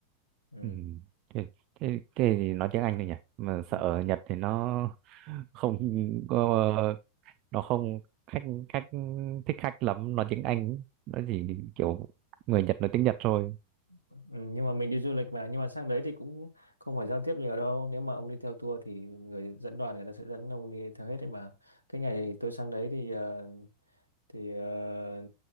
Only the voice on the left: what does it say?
ừ.
Ừ.
Ừ, nhưng mà mình đi du lịch mà nhưng mà sang đấy thì cũng không phải giao tiếp nhiều đâu nếu mà ông đi theo tour thì người dẫn đoàn người ta sẽ dẫn ông đi theo hết đấy mà cái ngày tôi sang đấy thì ờ, thì ờ,